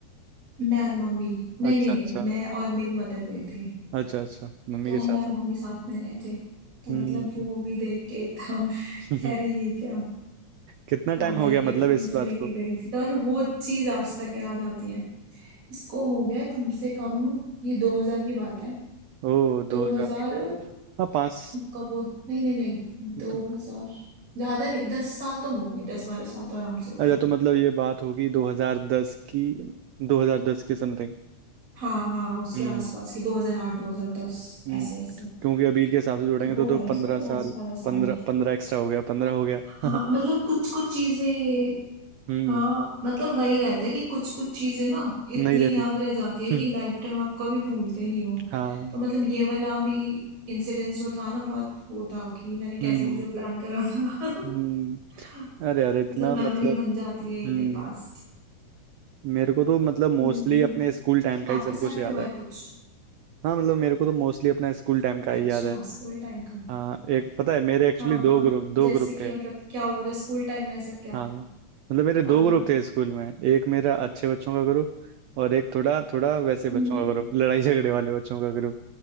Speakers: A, on the right (about 50°); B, on the right (about 75°).
A: मैं और मम्मी नहीं
B: अच्छा
A: नहीं नहीं
B: अच्छा
A: मैं और मेरी मदर गए थे
B: अच्छा अच्छा मम्मी
A: तो
B: के साथ
A: मैं और मम्मी
B: आप
A: साथ में गए थे तो मतलब
B: हम्म
A: वो भी देख के एकदम <laughs>
B: <laughs>
A: कह रही है क्या
B: कितना
A: तो
B: टाइम
A: वही
B: हो गया
A: गिफ्ट
B: मतलब इस
A: विफ्ट
B: बात
A: लेके
B: को
A: गई थी तो मतलब वो चीज आज तक याद आती है इसको हो गया कम से कम ये 2000 की बात है
B: ओ
A: दो
B: दो हजार
A: हजार
B: हाँ पाँच
A: कब वो नहीं नहीं नहीं दो
B: दो
A: हजार ज्यादा नहीं दस साल तो हो गए दस बारह साल तो आराम से हो
B: अच्छा
A: गए
B: तो मतलब ये बात होगी दो हजार दस की दो हजार दस के समथिंग
A: हाँ हाँ उसके
B: हम्म।
A: आसपास की दो हजार आठ दो हजार दस
B: हम्म
A: ऐसे ऐसे
B: क्योंकि अभी के हिसाब से जोड़ेंगे
A: तो
B: तो
A: हो
B: तो
A: गए उसको
B: पंद्रह
A: तो
B: साल
A: दस बारह साल
B: पंद्रह पंद्रह एक्स्ट्रा हो गया पंद्रह हो गया
A: हाँ मतलब
B: <laughs>
A: कुछ कुछ चीजें
B: हम्म
A: हाँ मतलब वही रहता है कि कुछ कुछ चीजें ना इतनी
B: नहीं रहते
A: याद
B: हैं
A: रह जाती है कि
B: हम्म,
A: लाइफ टाइम आप कभी भूलते ही नहीं हो
B: हाँ
A: तो मतलब ये वाला भी इंसिडेंस जो था ना बहुत वो था कि मैंने कैसे
B: हम्म
A: कैसे प्लान करा था <laughs>
B: हम्म अरे यार इतना
A: मतलब मेमोरी
B: मतलब
A: बन जाती है
B: हम्म
A: के पास्ट
B: मेरे को तो मतलब मोस्टली
A: हम्म
B: अपने स्कूल टाइम का
A: आपके
B: ही सब कुछ
A: साथ भी
B: याद
A: हुआ
B: है
A: है कुछ
B: हाँ मतलब मेरे को तो मोस्टली अपना स्कूल टाइम का
A: अच्छा
B: ही याद है
A: स्कूल टाइम का
B: हाँ एक पता है मेरे एक्चुअली
A: हाँ
B: दो
A: हाँ
B: ग्रुप दो
A: जैसे
B: ग्रुप
A: कि
B: थे
A: मतलब क्या हुआ था स्कूल टाइम में ऐसा क्या
B: हाँ
A: था
B: मतलब मेरे दो
A: हाँ हाँ
B: ग्रुप थे स्कूल में एक मेरा अच्छे बच्चों का ग्रुप और एक थोड़ा थोड़ा वैसे
A: हम्म
B: बच्चों का ग्रुप लड़ाई झगड़े वाले बच्चों का ग्रुप